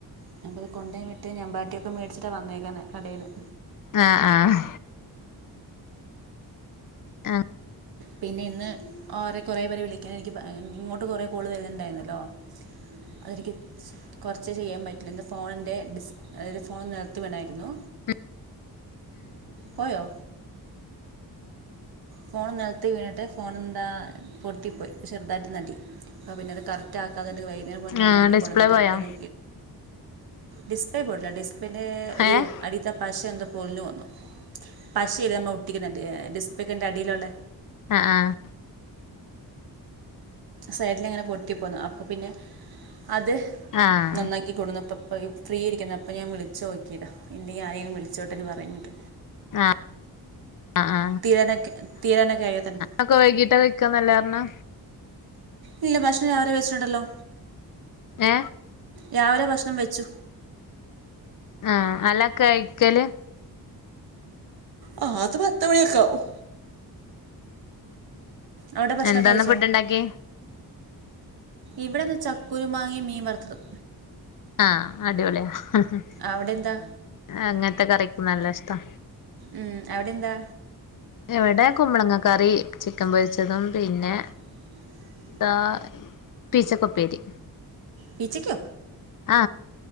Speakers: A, on the right (about 65°); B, on the left (about 55°).
A: ഞാനിപ്പോ കൊണ്ടേ വിട്ട് നബാട്ടിയൊക്കെ മേടിച്ചിട്ടാ വന്നേക്കന്നെ കടേന്നെ
B: ആഹ് ആഹ് ആ
A: പിന്നിന്ന് ആരെ കൊറേ പേരെ വിളിക്കാൻ എനിക്ക് ഇങ്ങോട്ടെ കൊറേ കോള് വരുന്നുണ്ടായിരുന്നല്ലോ അതിനിക്ക് കൊറച്ചെ ചെയ്യാൻ പറ്റീന്നുള്ളൂ ഇന്ന് ഫോണിൻ്റെ ഡിസ് അതായത് ഫോൺ നിലത്തു വീണായിരുന്നു
B: ഉം
A: പോയോ ഫോണ് നിലത്ത് ലത്ത് വീണിട്ടെ ഫോണെന്താ പൊട്ടി പ്പോയി ചെറുതായിട്ട് നടി അപ്പോ പിന്നത് കറക്റ്റ് താക്കാതെന്റെ വൈകുന്നേരം പൊയി നന്നാക്കി
B: ആഹ് ഡിസ്പ്ലേ
A: കൊണ്ടന്നിട്ടെ
B: പോയോ
A: ഇപ്പ നാ ഡിസ്പ്ലേ പോയിട്ടില്ല ഡിസ് പിന്നേ ഒരു
B: ഏഹ്
A: അടിത്തെ പശ എന്തോ പൊളിഞ്ഞു വന്നു പശയില്ലേ നമ്മ ഒട്ടിക്കുന്നു ഡിസ്പേക്കൻ്റെ അടിയിലുള്ളേ
B: ആഹ് ആഹ്
A: സൈഡിലിങ്ങനെ പൊട്ടിപ്പോന്നു അപ്പപ്പിന്നെ അത്
B: ആഹ്
A: നന്നാക്കി കൊണ്ടു വന്നപ്പം അപ്പോ ഈ ഫ്രീയിരിക്കുന്നത് അപ്പം ഞാൻ വിളിച്ചു നോക്കിയതാ എന്തെയെ ആയേലും വിളിച്ചോട്ടെന്നു പറയ്ന്ന്ണ്ട്
B: ആഹ് ആഹ്
A: തീരാനൊക്കെ തീരാനൊക്കെ കഴിയാത്തത്തോണ്ട്
B: അക്ക വൈകീട്ടാ വെക്കാന്നല്ലെ പറഞ്ഞെ
A: ഇല്ല ഭക്ഷണം രാവിലെ വെച്ചിട്ടുണ്ടല്ലോ
B: ഏ
A: രാവിലെ ഭക്ഷണം വെച്ചു
B: ആ അല്ല കയ്ക്കല്
A: ആ അതു പത്തു മണി ഒക്കെ ആവും അവിടെ ഭക്ഷണൊക്കെ
B: എന്താന്ന്
A: കഴിച്ചോ
B: ഫുഡ് ഇണ്ടാക്കി
A: ഇവിടിന്ന് ചക്കുരു മാങ്ങേം മീൻ വറുത്തതും
B: ആ അടിപൊളിയാ ആ ഹ
A: അവിടെ എന്താ
B: ഹാ അങ്ങനത്തെ കറിക്കൊ നല്ലിഷ്ടമാ
A: ഉം അവിടെന്താ
B: ഇവിടെ കുമ്പളങ്ങ കറി ചിക്കൻ പൊരിച്ചതും പിന്നെ
A: <unintelligible>
B: ആ പീശക്കുപ്പേരി
A: പീച്ചിയ്ക്കോ
B: ആ